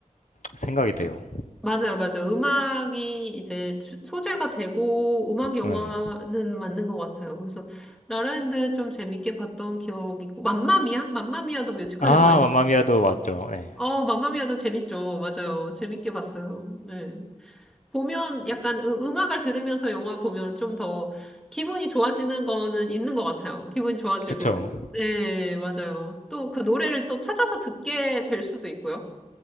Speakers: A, on the left (about 75°); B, in the centre.
A: 생각이 돼요.
B: 맞아요, 맞아요. 음악이 이제 주- 소재가 되고 음악 영화는
A: 네.
B: 맞는 것 같아요. 그래서 라라랜드 좀 재밌게 봤던 기억 있고 맘마미아? 맘마미아도 뮤지컬
A: 아,
B: 영화예요
A: 맘마미아도 맞죠. 네.
B: 어, 맘마미아도 재밌죠. 맞아요. 재밌게 봤어요. 네. 보면 약간 음- 음악을 들으면서 영화 보면 좀 더 기분이 좋아지는 거는 있는 것 같아요. 기분이 좋아지고.
A: 그쵸.
B: 네, 맞아요. 또 그 노래를 또 찾아서 듣게 될 수도 있고요.